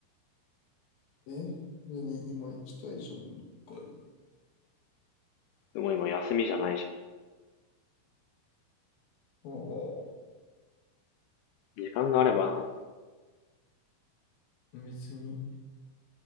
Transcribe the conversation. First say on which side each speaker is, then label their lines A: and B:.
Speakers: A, on the left; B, on the left.
A: え何今行きたいじゃん、どっかに。
B: でも今休みじゃないじゃん。
A: ああ、
B: 時間があればな。
A: 別に